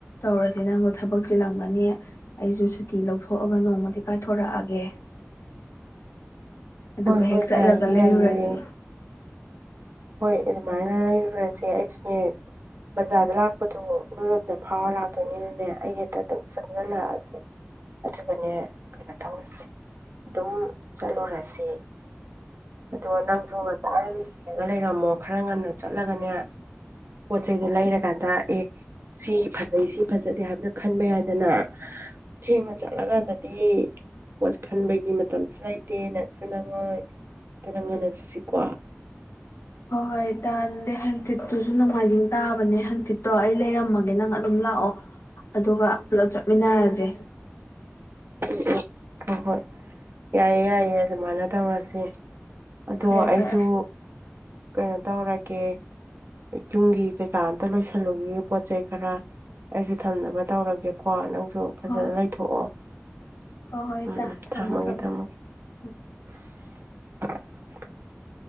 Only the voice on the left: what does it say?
ꯇꯧꯔꯁꯦ ꯅꯪꯕꯨ ꯊꯕꯛ ꯆꯤꯜꯂꯝꯒꯅꯤ ꯑꯩꯁꯨ ꯁꯨꯇꯤ ꯂꯧꯊꯣꯛꯑꯒ ꯅꯣꯡꯃꯗꯤ ꯀꯥꯏꯊꯣꯔꯛꯑꯒꯦ ꯑꯗꯨꯒ
ꯍꯦꯛ ꯆꯠꯂꯒ
ꯂꯩꯔꯨꯔꯁꯤ
ꯍꯣꯏ ꯍꯣꯏ ꯇꯥꯗꯤ ꯍꯥꯡꯆꯤꯠꯇꯨꯁꯨ ꯅꯣꯡꯃꯥꯏꯖꯤꯡ ꯇꯥꯕꯅꯦ ꯍꯥꯡꯆꯤꯠꯇꯣ ꯑꯩ ꯂꯩꯔꯝꯃꯒꯦ ꯅꯪ ꯑꯗꯨꯝ ꯂꯥꯛꯑꯣ ꯑꯗꯨꯒ ꯄꯨꯂꯞ ꯆꯠꯃꯤꯟꯅꯔꯁꯦ
ꯐꯔꯦ
ꯐꯔꯦ ꯑꯁ
ꯍꯣꯏ
ꯍꯣꯏ ꯍꯣꯏ
ꯏꯇꯥ
ꯊꯝꯃꯣ
ꯊꯝꯃꯣ
ꯎꯝ